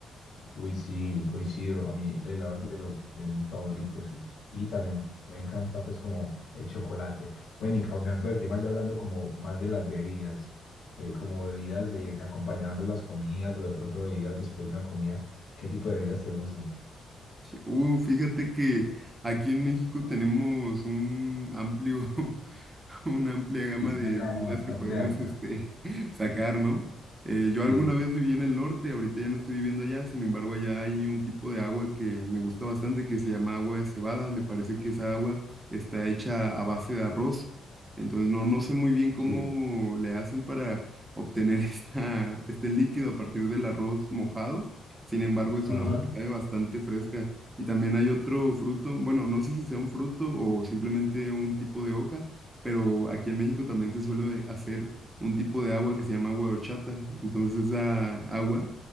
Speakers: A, on the left; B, on the right.
A: Uy, sí, coincido. A mí el helado es de, lo- de mis favoritos. Y también me encanta, pues, como el chocolate. Bueno, y cambiando el tema, ya hablando como más de las bebidas, de como bebidas eh, acompañando las comidas o de pronto bebidas después de una comida, ¿qué tipo de bebidas te gustan?
B: Uh, fíjate que aquí en México tenemos un amplio, <laughs> una amplia gama
A: Sí,
B: de
A: una gama
B: bebidas
A: bastante
B: que podemos
A: alta.
B: este, <laughs> sacar, ¿no? Eh, yo
A: Sí,
B: alguna vez viví en el norte, ahorita ya no estoy viviendo allá, sin embargo, allá hay un tipo de agua que me gusta bastante que se llama agua de cebada. Me parece que esa agua está hecha a base de arroz. Entonces, no, no sé muy bien cómo
A: sí.
B: le hacen para obtener <laughs> esta, este líquido a partir del arroz mojado. Sin embargo, es
A: Ajá.
B: un agua que sabe bastante fresca. Y también hay otro fruto, bueno, no sé si sea un fruto o simplemente un tipo de hoja, pero aquí en México también se suele hacer un tipo de agua que se llama agua de horchata. Entonces esa agua,